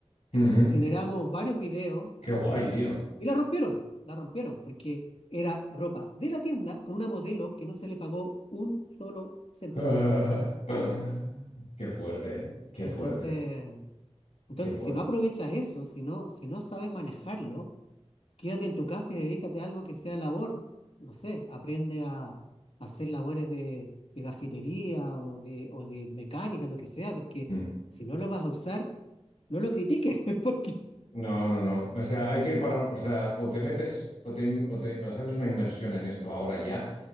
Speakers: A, on the left; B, on the left.
A: Ujú.
B: Generamos varios videos
A: Qué guay,
B: y,
A: tío.
B: y la rompieron, la rompieron, porque era ropa de la tienda con una modelo que no se le pagó un solo céntimo.
A: <laughs> Qué fuerte, ¿eh? Qué
B: Entonces,
A: fuerte,
B: entonces
A: qué fuerte.
B: si no aprovechas eso, si no, si no sabes manejarlo, quédate en tu casa y dedícate a algo que sea labor. No sé, aprende a, a hacer labores de, de gafitería o de, o de mecánica, lo que sea, porque
A: Mm.
B: si no lo vas a usar, no lo critiques, <laughs> porque...
A: No, no, no. O sea, hay que ir para, un- o sea, o te metes, o te, in- o te- o sea, haces una inmersión en esto ahora ya,